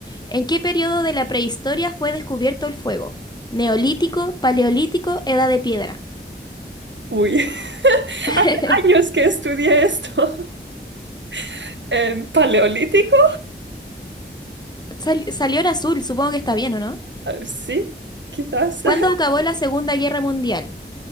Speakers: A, on the left (about 20°); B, on the right (about 80°).
A: ¿En qué periodo de la prehistoria fue descubierto el fuego? Neolítico, Paleolítico, Edad de Piedra.
B: Uy, <laughs>
A: <laughs>
B: hace años que estudié esto. <laughs> Em, ¿Paleolítico?
A: Sal- salió en azul, supongo que está bien, ¿o no?
B: Eh, Sí, quizás
A: ¿Cuándo
B: <laughs>
A: acabó la Segunda Guerra Mundial?